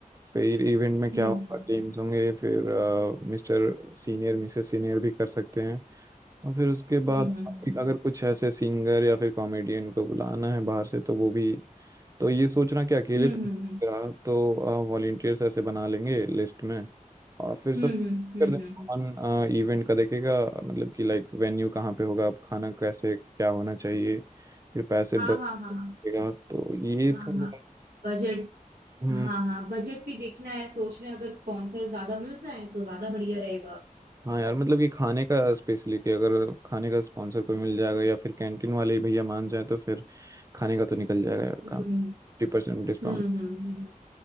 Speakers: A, on the right; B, on the right.
A: फिर इवेंट में क्या
B: हम्म
A: होगा गेम्स होंगे फिर मिस्टर सीनियर मिसेस सीनियर भी कर सकते हैं और फिर उसके
B: हम्म
A: बाद
B: हम्म
A: अगर कुछ ऐसे सिंगर या फिर कॉमेडियन को बुलाना है बाहर से तो वो भी तो ये सोचना कि अकेले
B: हम्म
A: तो
B: हम्म हम्म
A: रहा तो वॉलेंटियर्स ऐसे बना लेंगे लिस्ट में और फिर सब
B: हम्म हम्म हम्म हम्म
A: कर
B: हम्म,
A: देंगे
B: हम्म, हम्म,
A: कौन
B: हम्म,
A: इवेंट का देखेगा मतलब कि लाइक वेन्यू कहाँ पे होगा अब खाना कैसे क्या होना चाहिए फिर पैसे
B: हाँ
A: बचेगा
B: हाँ हाँ हाँ
A: तो ये
B: हाँ
A: सब
B: हाँ। बजट
A: हम्म
B: हाँ हाँ बजट भी देखना है सोच रहे हैं अगर स्पॉन्सर ज्यादा मिल जाए तो ज्यादा बढ़िया रहेगा
A: हाँ यार मतलब कि खाने का स्पेशली कि अगर खाने का स्पॉन्सर कोई मिल जाएगा या फिर कैंटीन वाले ही भैया मान जाए तो फिर खाने का तो निकल जाएगा यार
B: हम्म
A: काम 50% डिस्काउंट
B: हम्म हम्म हम्म